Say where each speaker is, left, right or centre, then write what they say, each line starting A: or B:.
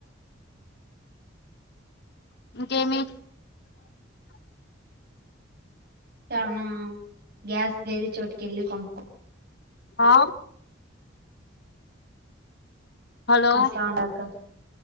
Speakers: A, on the left (about 60°); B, on the right (about 55°).
A: ఇంకేమి
B: చానా గ్యాస్ వేరే చోటుకెళ్ళి కొనుక్క్
A: ఆ హలో
B: వస్తావుండక్కా